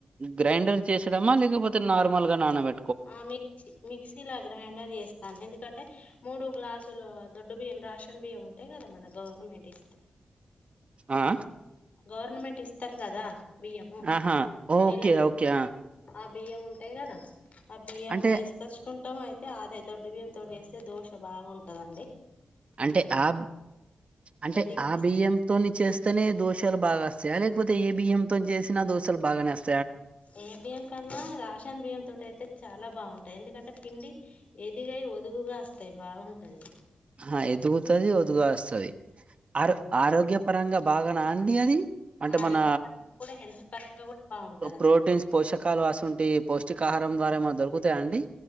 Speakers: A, on the right; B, on the left.
A: గ్రైండర్ చేయడమా లేకపోతే నార్మల్ గా నానబెట్టడమా
B: ఆ మిక్సీ మిక్సీ లా గ్రైండర్ చేస్తాను ఎందుకంటే మూడు గ్లాసు లా దొడ్డు బియ్యం రేషన్ బియ్యం ఉంటాయి కదా మన గవర్నమెంట్ ఇ
A: ఆఆ
B: గవర్నమెంట్ ఇస్తారు కదా బియ్యము
A: ఆహా ఓకే
B: నెల నెల
A: ఓకే ఆ
B: ఆ బియ్యం ఉంటాయి కదా ఆ బియ్యం
A: అంటే
B: వేసుకచ్చుకుంటాం అయితే అదే దొడ్డు బియ్యం తో చేస్తే దోశ బాగా ఉంటదండి
A: అంటే ఆ అంటే
B: ఎదిగా
A: ఆ బియ్యంతోని చేస్తేనే దోష లు బాగా వస్తాయ లేకపోతే ఏ బియ్యం తో చేసినా దోషాలు బాగనే వస్తాయ
B: ఏ బియ్యం కన్నా రేషన్ బియ్యం తోటి అయితే చాలా బాగుంటాయి ఎందుకంటే పిండి ఎదిగి వదుగుగా వస్తాయి బాగుంటది
A: ఆ ఎదుగుతది వదుగు వస్తది ఆ ఆరోగ్య పరంగా బాగానా అండి అది అంటే
B: ఆరోగ్య
A: మన
B: పరంగా కూడా హెల్త్ పరంగా కూడా బాగుంటది
A: ప్రోటీన్స్ పోషకాలు అలాంటివి పౌష్టికా ఆహారం ద్వారా ఏమన్నా దొరుకుతాయా అండి